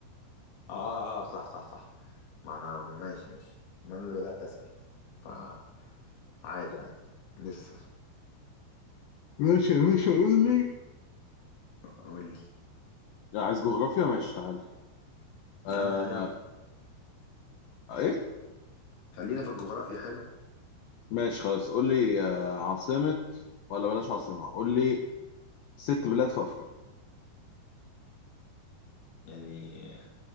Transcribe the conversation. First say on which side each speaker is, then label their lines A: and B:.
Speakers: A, on the left (about 85°); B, on the left (about 70°).
A: اه اه آه، صح صح صح ما انا ماشي ماشي ما انا اللي بدأت اسأل فعادي عادي لسه
B: ماشي يا باشا قول لي
A: قول لي
B: لا، عايز جغرافيا ماشي تعال آه
A: يا عم خلينا
B: ايه
A: خلينا في الجغرافيا حلو
B: ماشي خلاص قول لي آه عاصمة ولا بلاش عاصمة قول لي ست بلاد في أفريقيا
A: يعني